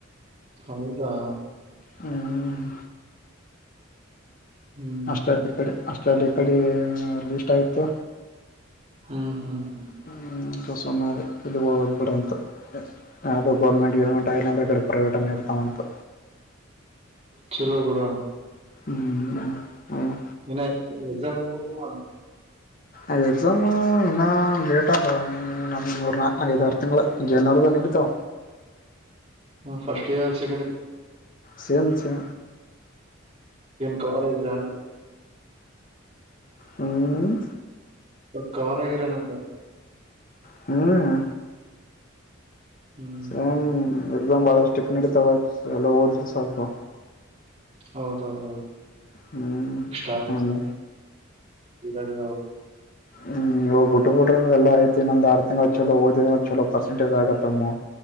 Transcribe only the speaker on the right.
ಹೌದಾ
ಹ್ಮ್
ಹ್ಮ್
ಹ್ಮ್ ಹ್ಮ್
ಚಲ ಬಡಾನ
ಇ ಎ <unintelligible>
ಹ್ಮ ಫರ್ಸ್ಟ್ ಇಯರ್ ಸೆಕೆಂಡ್ ಇರ್
ಕವಲಾಗರನ್
ಕವರ್ ಆಗಿರ ನಗೆ
ಹ್ಮ್
ಹ್ಮ್
ಹೌದೌದೌ
ಇಷ್ಟ
ಈಡಡು